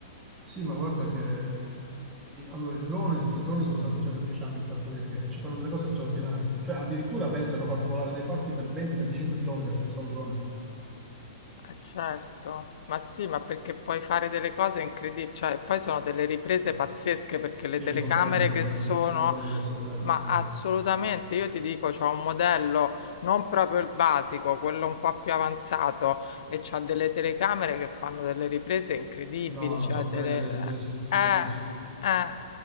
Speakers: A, on the right (about 15°); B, on the left (about 65°).
A: Sì, ma guarda che... di- Allora, il drone, i droni sono stati già da dieci anni in falconeria e ci fanno delle cose straordinarie. Cioè, addirittura, pensa, hanno fatto volare dei falchi per 20-25 km appresso a un drone.
B: Eh certo, ma sì, ma perché puoi fare delle cose incredibili, cioè poi sono delle riprese
A: Sì,
B: pazzesche perché
A: sì,
B: le telecamere
A: sono belle, sono
B: che
A: belle,
B: sono,
A: sono belle, sono belle,
B: ma
A: sono
B: assolutamente,
A: belle.
B: io ti dico, c'ho un modello non proprio il basico, quello un po' più avanzato e c'ha delle telecamere che fanno delle riprese incredibili,
A: No, no,
B: cioè
A: sono
B: delle...
A: belle le riprese, sono
B: Eh, eh,
A: bellissime.
B: eh.